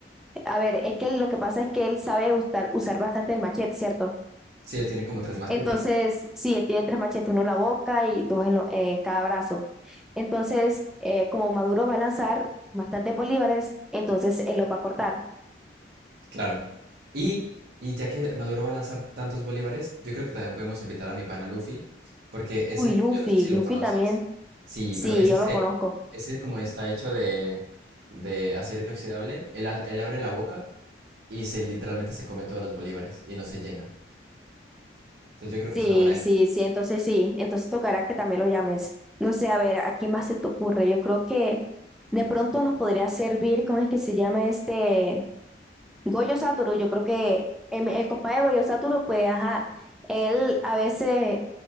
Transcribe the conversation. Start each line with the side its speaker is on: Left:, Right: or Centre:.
Centre: a ver, es que lo que pasa es que él sabe usar, usar bastante el machete, ¿cierto?
Right: sí, él tiene como tres machetes.
Centre: Entonces, sí, él tiene tres machetes, uno en la boca y dos en, lo- en cada brazo. Entonces, eh, como Maduro va a lanzar bastantes bolívares, entonces él lo va a cortar.
Right: Claro. Y, y ya que Maduro va a lanzar tantos bolívares, yo creo que también podemos invitar a mi pana Luffy, porque ese,
Centre: Uy, Luffy,
Right: yo no sé si lo
Centre: Luffy
Right: conoces.
Centre: también,
Right: Sí,
Centre: sí,
Right: pero ese,
Centre: yo
Right: se-
Centre: lo conozco.
Right: ese como está hecho de, de acero inoxidable, él, a- él abre la boca y se literalmente se come todos los bolívares y no se llena. Entonces yo creo
Centre: Sí,
Right: que es una buena defensa.
Centre: sí, sí, entonces sí, entonces tocará que también lo llames. No sé, a ver, ¿a quién más se te ocurre? Yo creo que de pronto nos podría servir, ¿cómo es que se llama este? Goyo Satoru, yo creo que em- el, compadre de Goyo Satoru, pues, ajá, él a veces